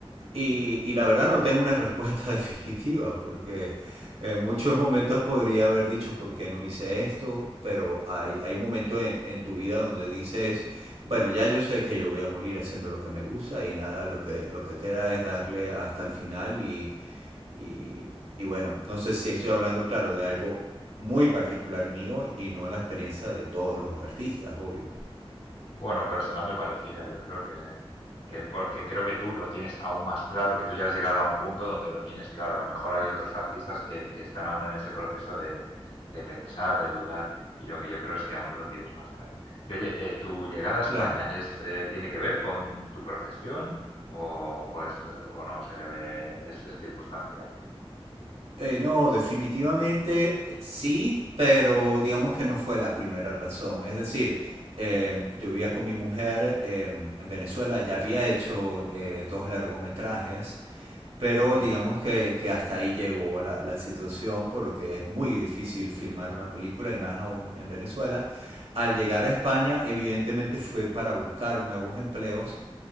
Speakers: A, on the right; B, on the left.
A: Y, y la verdad no tengo una <laughs> respuesta definitiva porque en muchos momentos podría haber dicho por qué no hice esto, pero hay, hay un momento en, en tu vida donde dices, bueno, ya yo sé que yo voy a morir haciendo lo que me gusta y nada, lo que, lo que queda es darle hasta el final y, y, y bueno, no sé si estoy hablando, claro, de algo muy particular mío y no la experiencia de todos los artistas, obvio.
B: Bueno, pero será muy parecida. Yo creo que, que, bueno, que creo que tú lo tienes aún más claro, que tú ya has llegado a un punto donde lo tienes claro. A lo mejor hay otros artistas que, que están aún en ese proceso de, de pensar, de dudar, y lo que yo creo es que aún lo tienes más claro. Y oye, eh, ¿tu llegada a España
A: Claro.
B: es, eh, tiene que ver con tu profesión o, o es, eh, o no se debe, es, es circunstancial?
A: Eh, no, definitivamente eh, sí, pero digamos que no fue la primera razón. Es decir, eh, yo vivía con mi mujer eh, en Venezuela, ya había hecho eh, dos largometrajes Pero
B: Ujú,
A: digamos que, que hasta ahí llegó la, la situación porque es muy difícil filmar una película y más aún en Venezuela. Al llegar a España, evidentemente fue para buscar nuevos empleos